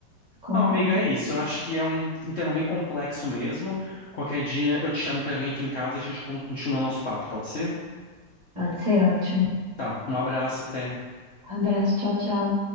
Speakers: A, on the right; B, on the left.
A: Concordo.
B: Não, amiga, é isso. Eu acho que é um, um tema bem complexo mesmo. Qualquer dia eu te chamo pra vir aqui em casa e a gente con- continua o nosso papo, pode ser?
A: Pode ser ótimo.
B: Tá, um abraço, até.
A: Abraço, tchau, tchau.